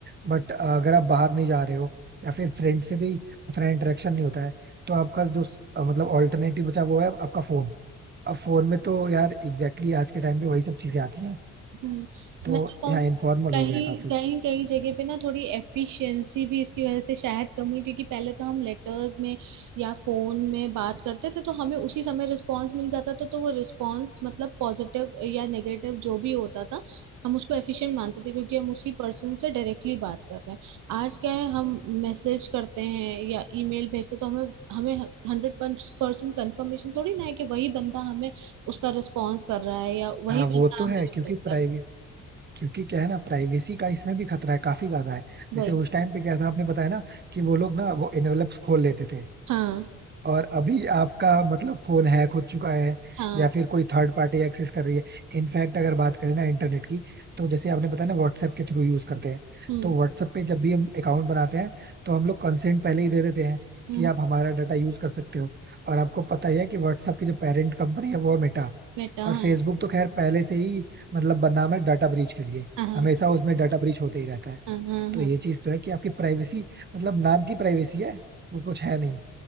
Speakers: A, on the right; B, on the right.
A: बट अगर आप बाहर नहीं जा रहे हो या फिर फ्रेंड से भी उतना इंटरेक्शन नहीं होता है तो आपका जो अ, मतलब ऑल्टरनेटिव बचा वो है आपका फोन अब फोन में तो यार एग्जैक्टली exactly आज के टाइम पे वही सब चीजें आती हैं
B: हम्म
A: तो
B: मैं तो कहूंगी
A: यहाँ इनफॉर्मल
B: कहीं
A: हो गया काफी
B: कहीं कहीं जगह पे ना थोड़ी एफिशिएंसी भी इसकी वजह से शायद कम हुई क्योंकि पहले तो हम लेटर्स में या फोन में बात करते थे तो हमें उसी समय रिस्पांस मिल जाता था तो वो रिस्पांस मतलब पॉजिटिव या नेगेटिव जो भी होता था हम उसको एफिशिएंट मानते थे क्योंकि हम उसी पर्सन से डायरेक्टली बात कर रहे हैं आज क्या है हम मैसेज करते हैं या ईमेल भेजते हैं, तो हमें हमें हंड्रेड परसेंट कंफर्मेशन थोड़ी ना है कि वही बंदा हमें उसका रिस्पॉन्स कर रहा है या वही
A: हाँ वो
B: बंदा
A: तो
B: हमें
A: है
B: रिफ्लेक्ट
A: क्योंकि प्राइवेसी
B: कर रहा है।
A: क्योंकि क्या है ना प्राइवेसी का इसमें भी खतरा है काफी ज्यादा है
B: वही
A: जैसे उस टाइम पे क्या था आपने बताया ना कि वो लोग ना वो एनवेलप्स खोल लेते थे
B: हाँ
A: और अभी आपका मतलब फोन हैक हो चुका है
B: हाँ
A: या फिर कोई थर्ड पार्टी एक्सेस कर रही है इनफैक्ट अगर बात करें ना इंटरनेट की तो जैसे आपने बताया ना व्हाट्सएप के थ्रू यूज करते हैं
B: हम्म
A: तो व्हाट्सएप पे जब भी हम अकाउंट बनाते हैं तो हम लोग कंसेंट पहले ही दे देते हैं
B: हम्म
A: कि आप हमारा डाटा यूज कर सकते हो और आपको पता ही है कि व्हाट्सएप की जो पेरेंट कंपनी है वो है मेटा
B: बेटा
A: और
B: हाँ
A: फेसबुक तो खैर पहले से ही मतलब बदनाम है डाटा ब्रीच के लिए
B: हाँ हाँ
A: हमेशा उसमें डाटा ब्रीच होते ही रहता है
B: हाँ हाँ
A: तो
B: हाँ,
A: ये चीज तो है कि आपकी प्राइवेसी मतलब नाम की प्राइवेसी है वो कुछ है नहीं